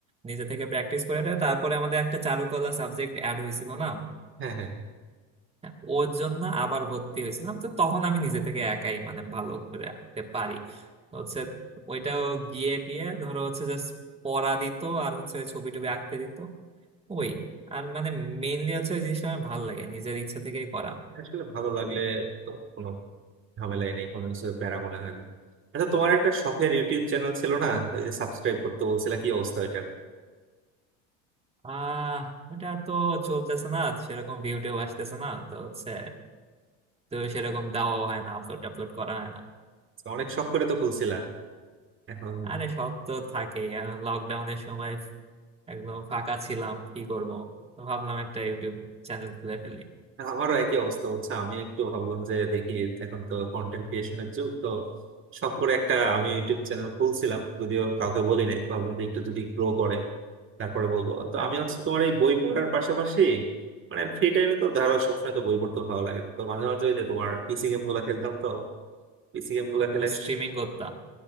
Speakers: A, on the right; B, on the right.
A: নিজে থেকে প্র্যাকটিস করে তারপরে আমাদের একটা চারুকলা সাবজেক্ট অ্যাড হয়েছিল না
B: হ্যাঁ হ্যাঁ হ্যাঁ।
A: হ্যাঁ, ওর জন্য আবার ভর্তি হয়েছিলাম তো তখন আমি নিজে থেকে একাই মানে ভালো করে আঁকতে পারি হচ্ছে ওইটাও গিয়ে টিয়ে ধরো হচ্ছে জাস্ট পড়া দিত আর হচ্ছে ওই ছবি টবি আঁকতে দিত ওই আর মানে মেইনলি হচ্ছে ওই জিনিসটা আমার ভালো লাগে নিজের ইচ্ছা থেকেই করা
B: আসলে ভালো
A: পুরোপুরি
B: লাগলে তো কোনো ঝামেলাই নেই কোনো কিছু প্যারা মনে হয় না আচ্ছা তোমার একটা শখের ইউটিউব চ্যানেল ছিল না ওই যে সাবস্ক্রাইব করতে বলছিলা কি অবস্থা ওইটার
A: আহ ওটা তো চলতেছে না সেরকম ভিউ টিউ আসতেছে না তো হচ্ছে তো সেরকম দেওয়াও হয় না আপলোড টাপলোড করা হয় না
B: অনেক শখ করে তো খুলছিলা এখন
A: আরে শখ তো থাকে লকডাউনের সময় একদম ফাঁকা ছিলাম কি করব তো ভাবলাম একটা ইউটিউব চ্যানেল খুলে ফেলি
B: আমারও একই অবস্থা হচ্ছে আমি একটু ভাবলাম যে দেখি এখন তো কন্টেন্ট ক্রিয়েশনের যুগ তো শখ করে একটা আমি ইউটিউব চ্যানেল খুলছিলাম যদিও কাউকে বলি নাই ভাবলাম যে একটু যদি গ্রো করে তারপরে বলবো তো
A: হ্যাঁ
B: আমি হচ্ছে তোমার এই বই পড়ার পাশাপাশি মানে ফ্রি টাইমে তো ধরো সবসময় তো বই পড়তে ভালো লাগে না তো মাঝে মাঝে ওই যে তোমার পিসি গেম গুলা খেলতাম তো পিসি গেম গুলা
A: তো ওগুলো
B: খেলে
A: স্ট্রিমিং করতাম